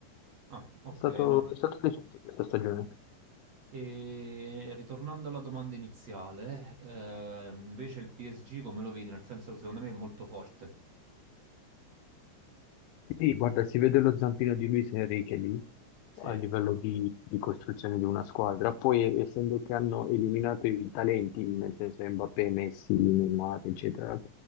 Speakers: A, on the right; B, on the left.
A: Ah, ok,
B: È stato,
A: no.
B: è stato decente questa stagione.
A: E ritornando alla domanda iniziale, eh, invece il PSG come lo vedi? Nel senso, secondo me è molto forte.
B: Sì, guarda, si vede lo zampino di Luis Enrique lì
A: Sì.
B: a livello di, di costruzione di una squadra. Poi, essendo che hanno eliminato i talenti, nel senso Mbappé, Messi, Neymar, eccetera,